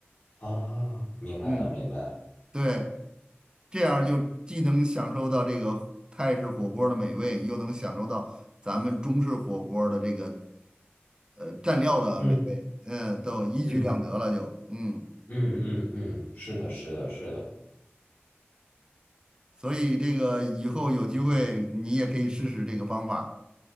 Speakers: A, on the left; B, on the right.
A: 啊，明白了明白了，
B: 嗯，对，这样就既能享受到这个泰式火锅的美味，又能享受到咱们中式火锅的这个呃蘸料的美味，
A: 嗯
B: 嗯，都一举两得了就，
A: 嗯
B: 嗯，
A: 嗯嗯嗯，是的，是的，是的。
B: 所以这个以后有机会你也可以试试这个方法。